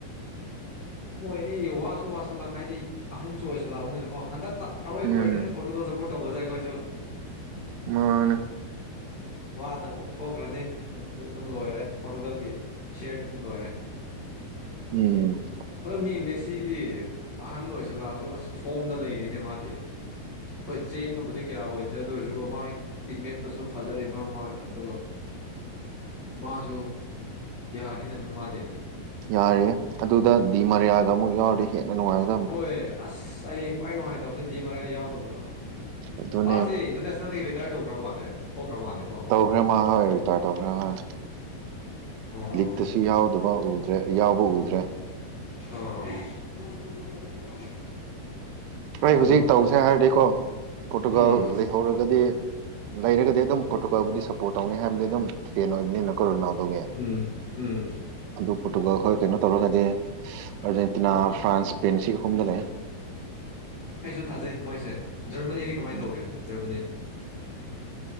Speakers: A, on the left (about 50°); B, on the right (about 80°).
A: ꯑꯣꯏꯔꯣ ꯌꯣ ꯋꯥꯁꯨ ꯋꯥꯁꯤꯜꯂꯛ ꯍꯥꯏꯗꯤ ꯑꯍꯟꯁꯨ ꯑꯣꯏꯁꯜꯂꯛꯑꯕꯅꯤꯅꯀꯣ ꯍꯟꯗꯛꯇ ꯑꯔꯣꯏꯕ
B: ꯎꯝ
A: ꯑꯣꯏꯔꯅꯤꯅ ꯄꯣꯔꯇꯨꯒꯜ ꯁꯞꯄꯣꯔꯠ ꯇꯧꯕꯗꯥꯏ ꯑꯩꯈꯣꯏꯁꯨ
B: ꯃꯥꯅꯦ
A: ꯃꯥꯅ ꯑꯃꯨꯛ ꯊꯣꯛꯈ꯭ꯔꯅꯤ ꯑꯗꯨꯗꯤ ꯑꯗꯨꯝ ꯂꯣꯏꯔꯦ ꯄꯣꯔꯇꯨꯒꯜꯒꯤ ꯁꯤꯌꯥꯔꯗꯤ ꯑꯗꯨꯝ ꯂꯣꯏꯔꯦ
B: ꯎꯝ
A: ꯑꯗꯣ ꯃꯤ ꯃꯦꯁꯤꯗꯤ ꯑꯍꯟ ꯑꯣꯏꯁꯜꯂꯛꯑꯁꯨ ꯑꯁ ꯐꯣꯝꯗ ꯂꯩꯔꯤꯅꯦ ꯃꯥꯗꯤ ꯍꯣꯏ ꯆꯦꯟꯕꯕꯨꯗꯤ ꯀꯌꯥ ꯑꯣꯏꯗ꯭ꯔꯦ ꯑꯗꯨ ꯑꯣꯏꯔꯖꯨꯀꯣ ꯃꯥꯒꯤ ꯇꯤꯝꯃꯦꯠꯇꯁꯨ ꯐꯖꯔꯤꯕ ꯃꯣꯏ ꯑꯗꯨꯒ ꯃꯥꯁꯨ ꯌꯥꯔꯤꯅ ꯑꯗꯨꯝ ꯃꯥꯗꯤ
B: ꯌꯥꯔꯤꯌꯦ ꯑꯗꯨꯗ ꯗꯤꯃꯔꯤꯌꯥꯒ ꯑꯃꯨꯛ ꯌꯥꯎꯔꯗꯤ ꯍꯦꯟꯅ ꯅꯨꯡꯉꯥꯏ
A: ꯍꯣꯏ ꯑꯁ ꯑꯩ ꯈ꯭ꯋꯥꯏ ꯅꯨꯡꯉꯥꯏꯇꯕꯖꯦ ꯗꯤꯃꯔꯤꯌꯥ ꯌꯥꯎꯗꯕꯗꯣ
B: ꯑꯗꯨꯅꯦ
A: ꯃꯥꯁꯤ ꯏꯟꯇꯔꯅꯦꯁꯅꯦꯜꯗꯒꯤ ꯔꯤꯇꯥꯌꯔ ꯇꯧꯈ꯭ꯔ ꯃꯥꯜꯂꯦ ꯊꯣꯛꯈ꯭ꯔ ꯃꯥꯜꯂꯦ
B: ꯇꯧꯒ꯭ꯔꯦ ꯃꯥ ꯍꯣꯏ ꯔꯤꯇꯥꯔ ꯇꯧꯒ꯭ꯔꯦ ꯍꯣꯏ
A: ꯑꯣ
B: ꯂꯤꯛꯇꯁꯨ ꯌꯥꯎꯗꯕ ꯎ ꯅꯦ ꯌꯥꯎꯕ ꯎꯗ꯭ꯔꯦ
A: ꯑꯣ
B: ꯑꯩ
A: ꯑꯗꯣ
B: ꯍꯧꯖꯤꯛ ꯇꯧꯁꯦ ꯍꯥꯏꯔꯗꯤꯀꯣ ꯄꯣꯔꯇꯨꯒꯜꯂꯤ
A: ꯎꯝ
B: ꯍꯧꯔꯒꯗꯤ ꯂꯩꯔꯒꯗꯤ ꯑꯗꯨꯝ ꯄꯣꯔꯇꯨꯒꯥꯜꯕꯨꯗꯤ ꯁꯞꯄꯣꯔꯠ ꯇꯧꯅꯤ ꯍꯥꯏꯕꯗꯤ ꯑꯗꯨꯝ ꯐꯦꯟ ꯑꯣꯏꯕꯅꯤꯅ ꯀꯣ ꯔꯣꯅꯥꯜꯗꯣꯒꯤ
A: ꯎꯝ ꯎꯝ
B: ꯑꯗꯨ ꯄꯣꯔꯇꯨꯒꯜ ꯈꯣꯏ ꯀꯩꯅꯣ ꯇꯧꯔꯒꯗꯤ ꯑꯥꯔꯖꯦꯟꯇꯤꯅꯥ ꯐ꯭ꯔꯥꯟꯁ ꯁꯄꯦꯟ ꯁꯤ ꯑꯍꯨꯝꯗ ꯂꯩ
A: ꯑꯩꯁꯨ ꯊꯥꯖꯩ ꯃꯣꯏꯁꯦ ꯖꯔꯃꯅꯤꯗꯤ ꯀꯃꯥꯏꯟ
B: ꯎꯝ
A: ꯇꯧꯒꯦ ꯖꯔꯃꯅꯤ